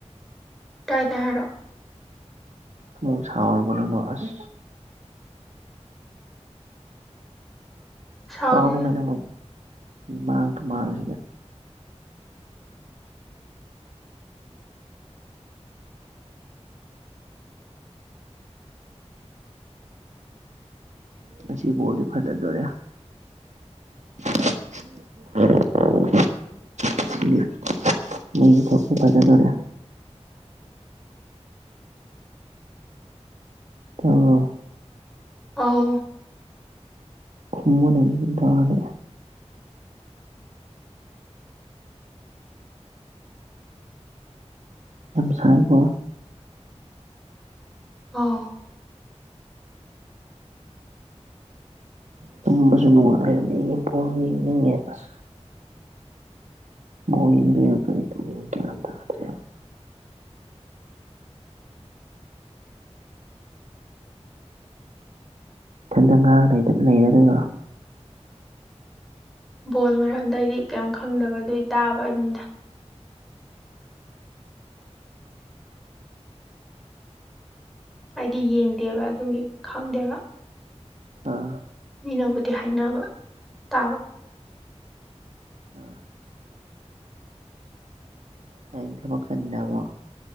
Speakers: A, in the centre; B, on the right (about 90°).
A: ꯇꯥꯏ ꯇꯥꯏ ꯍꯥꯏꯔꯣ
B: ꯑꯃꯛ ꯁꯥꯎꯔꯕ ꯅꯪꯕꫭ ꯑꯁ
A: ꯁꯥꯎꯗꯦꯗ
B: <unintelligible> ꯃꯤꯃꯥꯡ ꯇꯨꯃꯥꯡꯁꯤꯗ ꯉꯁꯤ ꯕꯣꯜꯗꯤ ꯐꯖꯗꯣꯔꯦ <unintelligible> ꯃꯩ ꯊꯣꯛꯄ ꯐꯖꯗꯔꯦ ꯇꯥꯕꯔꯣ
A: ꯑꯥꯎ
B: ꯈꯨꯝꯃꯨꯅꯦ <unintelligible> ꯌꯥꯝ ꯁꯥꯏꯀꯣ
A: ꯑꯥꯎ
B: ꯇꯨꯝꯕꯁꯨ ꯅꯨꯡꯉꯥꯏꯔꯥꯅꯤ ꯕꯣꯜ ꯌꯦꯡꯅꯤꯡꯉꯦ ꯑꯁ ꯕꯣꯜ ꯌꯦꯡꯗꯨꯏꯔꯥ ꯀꯔꯤ <unintelligible> ꯒ꯭ꯌꯥꯟ ꯇꯥꯗ꯭ꯔꯦꯕ ꯏꯊꯟꯇ ꯉꯥꯡꯂꯩꯗ ꯂꯩꯔꯗꯣꯏꯔꯣ
A: ꯕꯣꯜ ꯃꯔꯝꯗ ꯑꯩꯗꯤ ꯀꯩꯝ ꯈꯪꯗꯕꯗꯨ ꯇꯥꯕꯅꯤꯗ ꯑꯩꯗꯤ ꯌꯦꯡꯗꯦꯕ ꯑꯗꯨꯒꯤ ꯈꯪꯗꯦꯕ
B: ꯑꯥ
A: <unintelligible> ꯕꯨꯗꯤ ꯍꯥꯏꯅꯕ ꯇꯥꯕ
B: ꯑ ꯍꯌꯦꯡ ꯊꯕꯛ ꯆꯠꯅꯤꯡꯉꯕꯣ